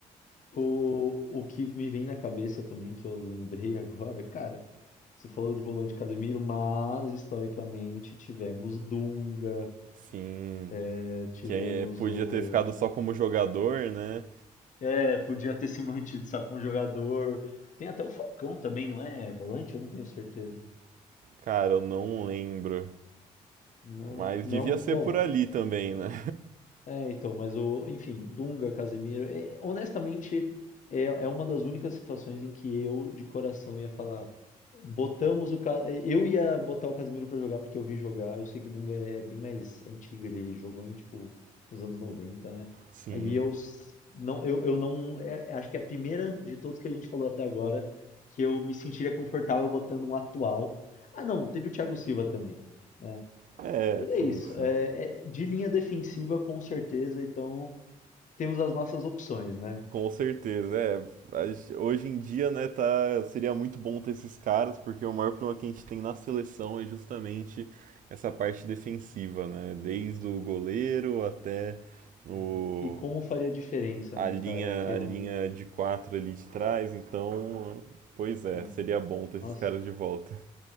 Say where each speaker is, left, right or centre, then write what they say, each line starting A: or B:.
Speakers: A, on the left; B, on the right.
A: o, o que me vem na cabeça também, que eu lembrei <laughs> agora, cara, você falou de volante Casemiro, mas historicamente tivemos Dunga,
B: sim,
A: é, tivemos
B: que é- podia
A: o.
B: ter ficado só como jogador, né?
A: É, podia ter se mantido só com o jogador. Tem até o Falcão também, não é volante? Eu não tenho certeza.
B: Cara, eu não lembro.
A: Não,
B: Mas
A: não.
B: devia ser
A: Bom,
B: por ali também, né?
A: É, então, mas o, enfim, Dunga, Casemiro, é- honestamente, é, é uma das únicas situações em que eu, de coração, ia falar, botamos o, Ca- eu ia botar o Casemiro pra jogar porque eu vi jogar, eu sei que o Dunga é bem mais antigo, ele jogou em, tipo, nos anos 90, né?
B: <laughs> Sim.
A: E eu s- não, eu, eu não, é- é- acho que é a primeira de todos que a gente falou até agora que eu me sentiria confortável botando um atual. Ah, não, teve o Thiago Silva também, né?
B: É,
A: Mas é
B: sim,
A: isso.
B: sim.
A: É, é- de linha defensiva, com certeza. Então, temos as nossas opções, né?
B: Com certeza. É, a gen- hoje em dia, né, tá, seria muito bom ter esses caras, porque o maior problema que a gente tem na seleção é justamente essa parte defensiva, né? Desde o goleiro até o,
A: Hum. E como faria diferença,
B: a
A: né,
B: linha,
A: cara? Ter
B: a linha
A: um.
B: de quatro ali de trás. Então, pois é,
A: pô,
B: seria bom ter esses
A: nossa,
B: caras de volta.